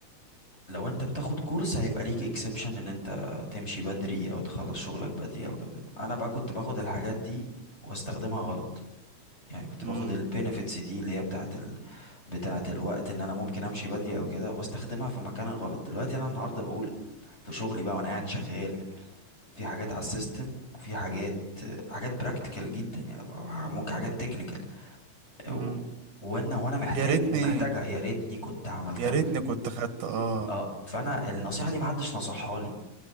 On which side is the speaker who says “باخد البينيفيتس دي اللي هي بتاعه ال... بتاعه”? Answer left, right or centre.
Left